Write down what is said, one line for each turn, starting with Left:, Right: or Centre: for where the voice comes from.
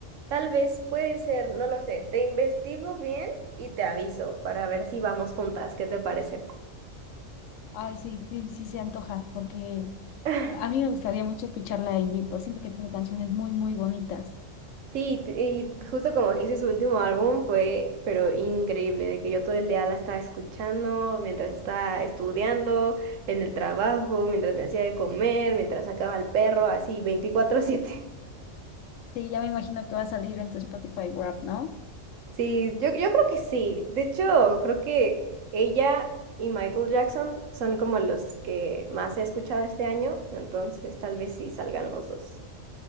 Right: tal vez puede ser, no lo sé. Te investigo bien y te aviso para ver si vamos juntas. ¿Qué te parece?
Left: Ay, sí, sí, sí se antoja, porque
Right: <laughs>
Left: a a mí me gustaría mucho escucharla en vivo. Siento que tiene canciones muy, muy bonitas.
Right: Sí, t- y justo como hice su último álbum fue, pero increíble, de que yo todo el día la estaba escuchando, mientras estaba estudiando, en el trabajo, mientras me hacía de comer, mientras sacaba al perro, así veinticuatro siete
Left: Sí, ya me imagino que va a salir en tu Spotify Wrapped, ¿no?
Right: Sí, yo, yo creo que sí. De hecho, creo que ella y Michael Jackson son como los que más he escuchado este año, entonces tal vez sí salgan los dos.